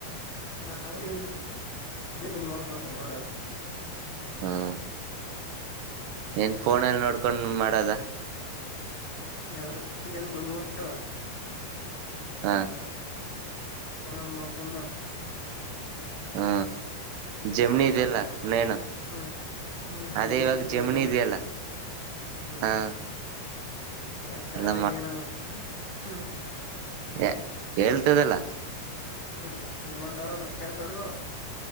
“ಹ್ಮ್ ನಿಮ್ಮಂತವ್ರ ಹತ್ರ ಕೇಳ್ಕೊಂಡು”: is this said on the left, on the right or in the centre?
Left